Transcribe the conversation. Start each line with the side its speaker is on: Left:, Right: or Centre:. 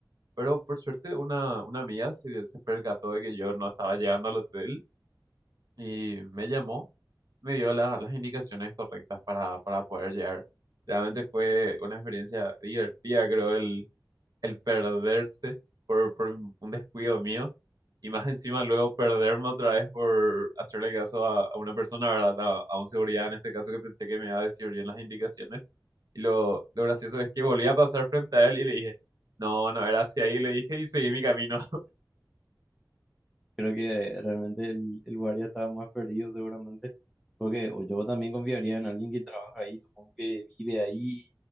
Right: Pero por suerte una, una amiga se, se percató de que yo no estaba llegando al hotel y me llamó, me dio la- las indicaciones correctas para, para poder llegar. Realmente fue una experiencia divertida, creo, el, el perderse por, por un un descuido mío y más encima luego perderme otra vez por hacerle caso a, a una persona, ¿verdad? A, a un seguridad en este caso que pensé que me iba a decir bien las indicaciones. Y lo, lo gracioso es que volví a pasar frente a él y le dije, no, no era hacia ahí, le dije y seguí mi camino.
Centre: Creo que realmente el, el guardia estaba más perdido seguramente, porque o yo también confiaría en alguien que trabaja ahí, supongo que vive ahí,